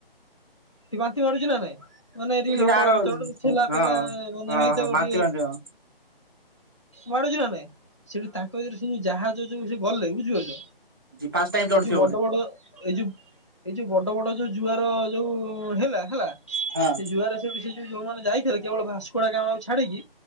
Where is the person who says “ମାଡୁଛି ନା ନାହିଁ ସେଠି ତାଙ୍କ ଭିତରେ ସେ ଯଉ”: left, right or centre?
Left